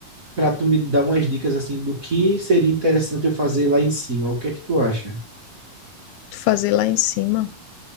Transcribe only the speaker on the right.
para tu me dar umas dicas assim do que seria interessante eu fazer lá em cima. O que é que tu acha?